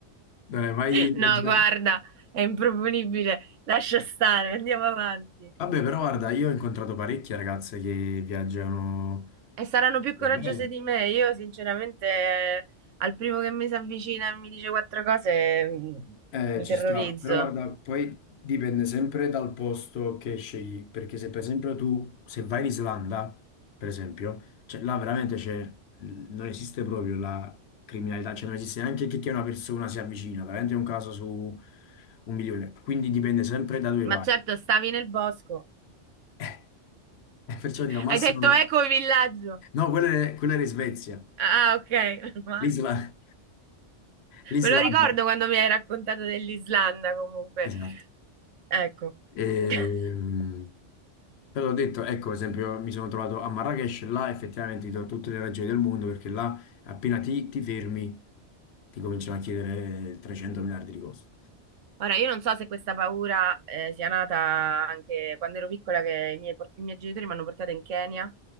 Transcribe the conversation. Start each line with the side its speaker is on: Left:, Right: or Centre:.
Left: Dai, vai
Right: <laughs>
Left: a viaggiare.
Right: No, guarda, è improponibile. Lascia stare, andiamo avanti.
Left: Vabbè, però guarda, io ho incontrato parecchie ragazze che viaggiano
Right: E saranno più
Left: bene.
Right: coraggiose di me. Io, sinceramente, eh, al primo che mi si avvicina e mi dice quattro cose, mm,
Left: Eh,
Right: mi
Left: ci
Right: terrorizzo.
Left: sta, però guarda, poi dipende sempre dal posto che scegli, perché se per esempio tu Se vai in Islanda, per esempio, cioè là veramente c'è, non esiste proprio la criminalità, cioè non esiste neanche che che una persona si avvicina, veramente è un caso su un milione. Quindi dipende sempre da dove
Right: Ma
Left: vai.
Right: certo, stavi nel bosco.
Left: <laughs> Eh, perciò dico al massimo...
Right: Hai detto eco villaggio.
Left: No, quella era, quella era in Svezia.
Right: Ah, ok, <laughs> meno male.
Left: L'Islanda L'Islanda,
Right: Me lo ricordo quando mi hai raccontato dell'Islanda, comunque.
Left: esatto.
Right: Ecco.
Left: Ehm,
Right: <laughs>
Left: però ho detto, ecco, per esempio, mi sono trovato a Marrakech, là effettivamente ti do tutte le ragioni del mondo, perché là appena ti, ti fermi ti cominciano a chiedere 300 miliardi di cose.
Right: Ora, io non so se questa paura eh, sia nata anche quando ero piccola, che i miei, por- i miei genitori mi hanno portata in Kenya